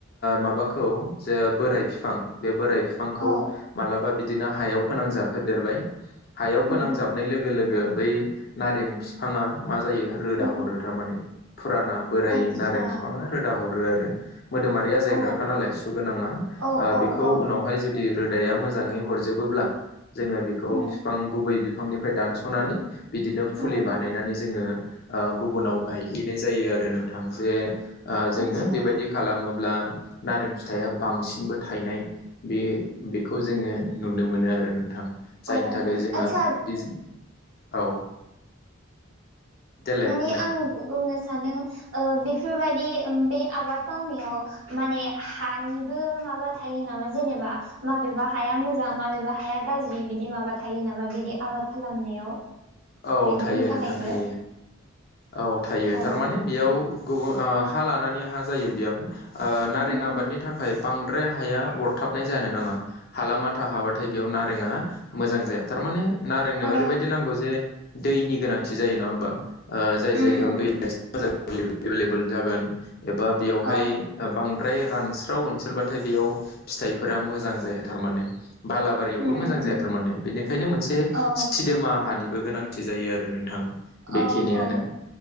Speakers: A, on the left; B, on the right.
A: माबाखौ जे बोराय बिफां बे बोराय बिफांखौ
B: औ
A: मालाबा बिदिनो हायाव फोनांजाबहोदेरबाय हायाव फोनांजाबनाय
B: उम
A: लोगो लोगो बै नारें फिफाङा मा जायो रोदा
B: उम
A: हरो थारमाने फुराना बोराय
B: आतसा
A: नारें फिफाङा रोजा हरो आरो मोदोमारि आजायग्राखा
B: औ
A: नालाय सु गोनांना
B: औ औ
A: बेखौ
B: औ
A: उनावहाय जे रोदाया मोजाङै हरजोबोब्ला जोङो बेखौ
B: उम
A: फिफां गु गुबै बिफांनिफ्राय दानस'नानै बिदिनो फुलि
B: उम
A: बानायनानै जोङो ओ गुबुनाव गायहैनाय जायो आरो नोंथां जे जोङो
B: आतसा
A: ओ बेबायदि खालामोब्ला नारें फिथाया बांसिनबो थायनाय बे बेखौ जोङो नुनो मोनो आरो नोंथां। जायनि
B: औ
A: थाखाय जोंहा
B: आतसा
A: बिज औ। देलाय
B: माने
A: बुंलाय
B: आं
A: नोंथां
B: बुंनो सानदों ओ बेफोरबादि बे आबाद मावनायाव। माने हानिबो माबा थायो नामा जेनेबा। माबेबा हाया मोजां माबेबा हाया गाज्रि बिदि माबा थायो नामा बिदि आबाद खालामनायाव।
A: औ
B: बिदिनि
A: थायो
B: थाखायबो
A: नोंथां थायो। औ थायो
B: औ
A: थारमाने बेयाव गुबुन हा लानानै हा जायो बेयाव। ओ नारें
B: उम
A: आबादनि थाखाय बांद्राय हाया अरथाबनाय जानो नाङा। हालामा हाबाथाय बेयाव नारेङा मोजां जाया थारमाने नारेंनो
B: औ
A: ओरैबायदि नांगौ जे दैनि गोनांथि जायो नङा होमबा ओ जाय
B: उम
A: जायगायाव
B: उम
A: दै <unintelligible> एभेलेबेल जागोन एबा बेयावहाय
B: औ
A: बांद्राय रानस्राव ओसोलबाथाय बेयाव फिथाइफोरा मोजां जाया थारमाने बालाबा बोरियावबो
B: उम
A: मोजां जाया
B: उम
A: थारमाने बेनिखायनो मोनसे
B: औ
A: सिदोमा हानिबो गोनांथि जायो आरो नोंथां। बेखिनियानो
B: औ औ